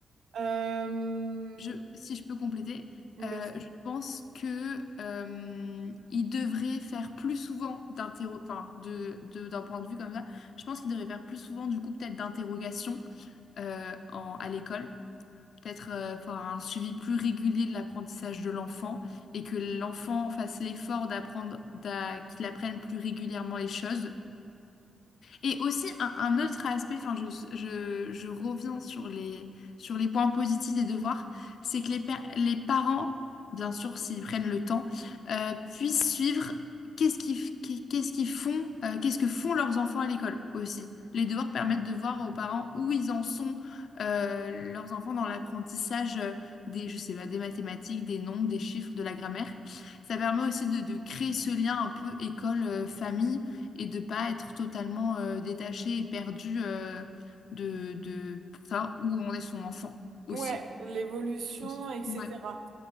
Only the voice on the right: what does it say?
Euh,
bien
sûr.
Ouais, l'évolution,
etc.